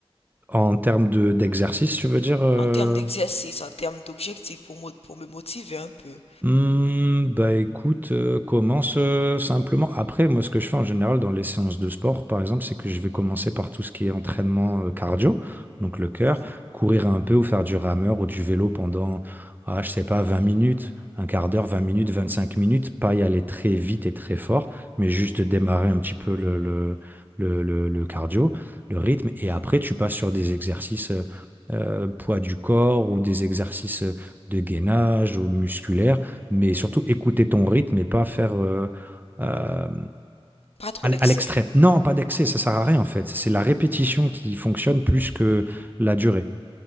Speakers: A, on the right; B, on the left.
A: En termes de d'exercice, tu veux dire, heu?
B: En termes d'exercice, en termes d'objectifs pour, mo- pour me motiver un peu.
A: Hmm, bah écoute, euh, commence euh, simplement. Après, moi, ce que je fais en général dans les séances de sport, par exemple, c'est que je vais commencer par tout ce qui est entraînement euh, cardio, donc le cœur,
B: Mhm,
A: courir un peu ou faire du rameur ou du vélo pendant, ah, je sais pas, vingt minutes, un quart d'heure,
B: mhm,
A: vingt minutes, vingt-cinq minutes, pas y aller très vite et très fort, mais juste démarrer un petit peu le, le, le, le, le cardio, le rythme, et
B: mhm.
A: après, tu passes sur des exercices euh, euh, poids du corps ou des exercices euh, de gainage ou musculaire mais surtout écouter ton rythme et pas faire euh, euh,
B: Pas trop
A: à
B: d'excès.
A: l- à l'extrême. Non, pas d'excès, ça sert à rien en fait. C'est la répétition qui fonctionne plus que la durée.